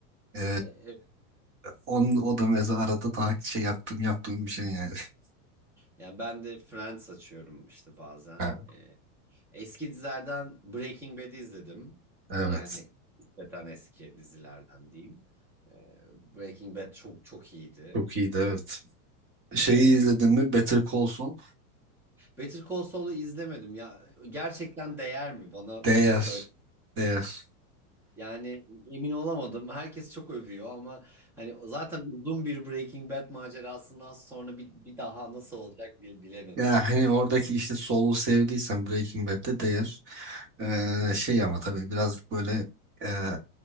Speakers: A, on the right; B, in the centre.
A: E,
B: E, evet.
A: on, o da mesela arada takip şey yaptığım yaptığım bir şey yani. <laughs>
B: Yani ben de Friends açıyorum işte bazen.
A: Ha,
B: E, eski dizilerden Breaking Bad'i izledim.
A: evet.
B: Yani nispeten eski dizilerden diyeyim. E, Breaking Bad çok çok iyiydi.
A: Çok iyiydi evet. Şeyi
B: E,
A: izledin mi? Better Call Saul?
B: Better Call Saul'u izlemedim ya. Gerçekten değer mi bana
A: Değer.
B: bunu söyle.
A: Değer.
B: Yani emin olamadım. Herkes çok övüyor ama hani zaten uzun bir Breaking Bad macerasından sonra bir, bir daha nasıl olacak bil- bilemedim
A: Ya
B: ki.
A: hani oradaki işte Soul'u sevdiysen Breaking Bad'de değer. Ee, şey ama tabii biraz böyle ee,